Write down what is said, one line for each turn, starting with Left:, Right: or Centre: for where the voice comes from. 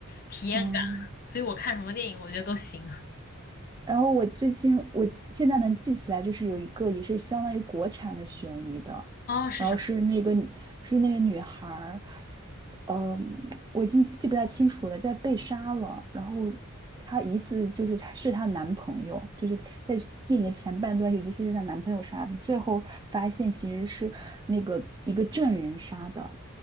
Left: 体验感，
Right: 嗯。
Left: 所以我看什么电影我觉得都行。
Right: 然后我最近我现在能记起来，就是有一个也是相当于国产的悬疑的，
Left: 哦，是什么呀？
Right: 然后是那个是那个女孩儿，嗯，我已经记不太清楚了，在被杀了，然后她疑似就是她是她男朋友，就是在电影的前半段就疑似是她男朋友杀的，最后发现其实是那个一个证人杀的，